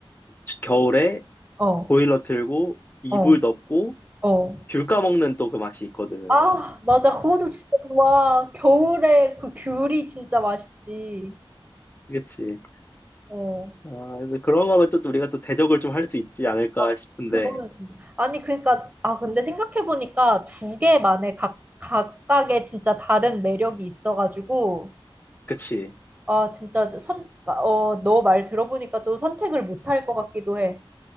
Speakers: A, on the left (about 20°); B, on the right (about 20°).
A: 치- 겨울에
B: 어,
A: 보일러 틀고, 이불
B: 어,
A: 덮고,
B: 어.
A: 귤 까먹는 또 그 맛이 있거든.
B: 아, 맞아. 그것도 진짜 좋아 겨울에 그 귤이 진짜 맛있지.
A: 그치.
B: 어.
A: 아, 그래서 그런 거면 또, 또 우리가 또 대적을 좀 할 수 있지 않을까
B: 아,
A: 싶은데,
B: 그거는 진짜. 아니, 그러니까 아, 근데 생각해 보니까 두 개만의 각 각각의 진짜 다른 매력이 있어 가지고
A: 그치.
B: 아, 진짜 선 어, 너 말 들어보니까 또 선택을 못할 것 같기도 해.